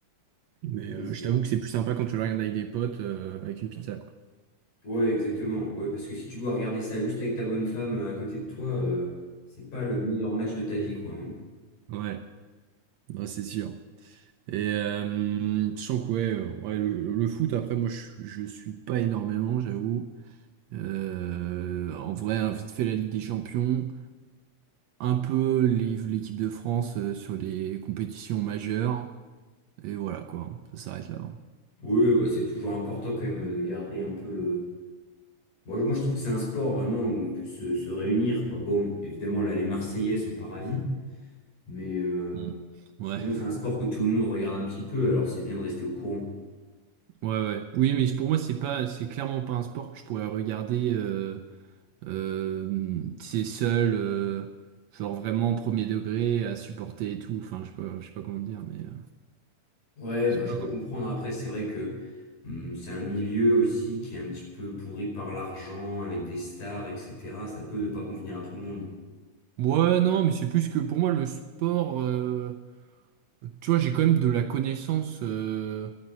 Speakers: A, on the right; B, on the left.
A: Mais
B: C'est-
A: euh,
B: c'est-
A: je t'avoue que c'est plus sympa quand tu le regardes avec des potes, euh, avec une pizza, quoi.
B: Ouais, exactement. Ouais, parce que si tu dois regarder ça juste avec ta bonne femme euh, à côté de toi, euh, c'est pas le meilleur match de ta vie, quoi. hein.
A: Ouais, ouais, c'est sûr. Et euh, je sens que ouais, euh, ouais, le, le foot, après, moi, je, je suis pas énormément, j'avoue. Euh, en vrai, hein, vite fait la Ligue des Champions, un peu les- l'équipe de France euh, sur les compétitions majeures, et voilà quoi, ça s'arrête là. hein.
B: Ouais, bah, c'est toujours important quand même de garder un peu le... Moi, moi je trouve que c'est un sport vraiment où on peut se, se réunir, quoi. Bon, évidemment, là, les Marseillais sont pas ravis, mais euh,
A: Mm.
B: sinon,
A: Ouais,
B: c'est un sport que tout le monde regarde un petit peu, alors c'est bien de rester au courant.
A: ouais, ouais. Oui, mais pour moi, c'est pas, c'est clairement pas un sport que je pourrais regarder. Euh, euh, c'est seul, euh, genre vraiment premier degré à supporter et tout. Enfin, je sais pas, je sais pas comment dire, mais euh,
B: Ouais,
A: c'est
B: bah, je
A: pas.
B: peux comprendre. Après, c'est vrai que hum, c'est un milieu aussi qui est un petit peu pourri par l'argent, avec des stars, etc. Ça peut ne pas convenir à tout le monde.
A: Ouais, non, mais c'est plus que pour moi le sport. euh, Tu vois, j'ai quand même de la connaissance euh,